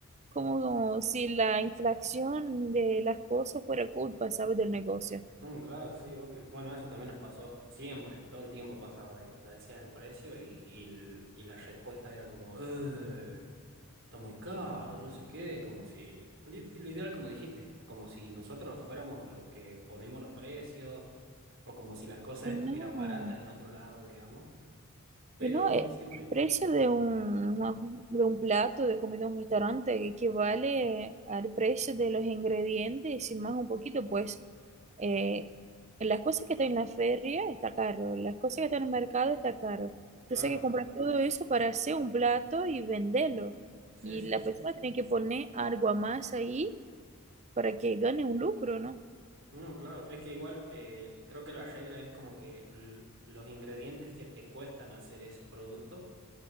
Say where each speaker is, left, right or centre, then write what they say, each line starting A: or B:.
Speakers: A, on the right; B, on the right.
A: como si la inflación de las cosas fuera culpa, ¿sabes? del negocio.
B: Mm, claro, sí, obvio. Bueno, eso también nos pasó siempre, todo el tiempo pasaba de que te decías el precio y, y, el- y la respuesta era como... "Ugh". está muy caro, no sé qué, como si, lit- literal como dijiste, como si nosotros fuéramos los que ponemos los precios o como si las cosas
A: Y
B: estuvieran
A: no.
B: baratas en otro lado, digamos, pero
A: Y no, eh,
B: siempre,
A: el precio de un, no, de un plato de comida en un restaurante equivale al precio de los ingredientes y más un poquito, pues eh, las cosas que están en la feria está caro, las cosas que están en el mercado está caro. Entonces
B: claro,
A: hay que comprar todo eso para hacer un plato y venderlo.
B: sí,
A: Y
B: sí,
A: la
B: sí,
A: persona
B: sí.
A: tiene que poner algo a más ahí para que gane un lucro, ¿no?
B: No, claro, es que igual eh, creo que la regla es como que l- los ingredientes que te cuestan hacer ese producto